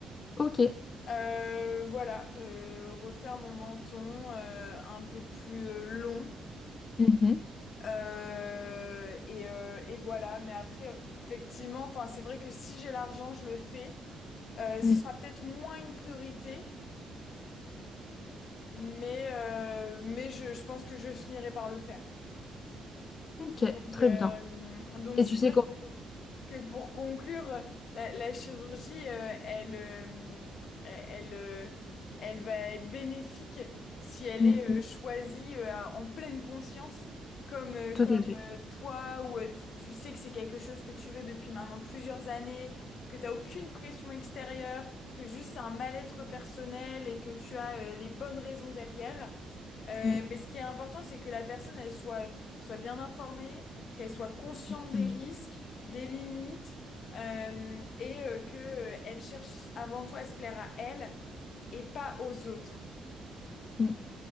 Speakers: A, on the left; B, on the left.
A: Ok.
B: Euh, voilà, euh, refaire mon menton euh, un peu plus euh, long.
A: Mhm.
B: Euh, et, euh, et voilà. Mais après, euh, effectivement, enfin, c'est vrai que si j'ai l'argent, je le fais. Euh,
A: Mm.
B: ce sera peut-être moins une priorité, mais, euh, mais je, je pense que je finirai par le faire.
A: Ok,
B: Donc,
A: très
B: euh,
A: bien.
B: donc
A: Et
B: c'est
A: tu sais
B: vrai
A: quoi?
B: que, que pour conclure, la, la chirurgie, euh, elle, euh, elle, euh, elle va être bénéfique si elle
A: Mm,
B: est
A: mm.
B: euh, choisie euh, en pleine conscience, comme, euh,
A: Tout
B: comme
A: à fait.
B: euh, toi, où euh, tu, tu sais que c'est quelque chose que tu veux depuis maintenant plusieurs années, que tu n'as aucune pression extérieure, que juste c'est un mal-être personnel et que tu as euh, les bonnes raisons derrière. Euh,
A: Mm,
B: mais ce qui est important, c'est que la personne, elle soit soient bien informées, qu'elles soient conscientes
A: mm.
B: des risques, des limites, euh, et euh, que euh, elles cherchent avant tout à se plaire à elles et pas aux autres.
A: mm.